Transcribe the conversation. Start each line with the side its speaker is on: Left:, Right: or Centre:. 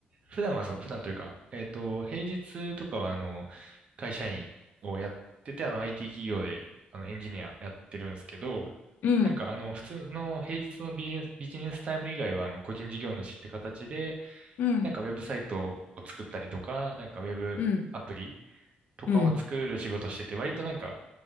Right: 普段はその、普段というか、えっと、平日とかはあの、会社員をやってて、あの、IT 企業で、あの、エンジニアやってるんですけど、
Left: うん、
Right: なんかあの、普通の平日のビジネス、ビジネスタイム以外は、あの、個人事業主って形で、
Left: うん、
Right: なんかウェブサイトを作ったりとか、なんかウェブアプリ
Left: うん、
Right: とかを作る仕事してて、
Left: うん、
Right: 割となんか、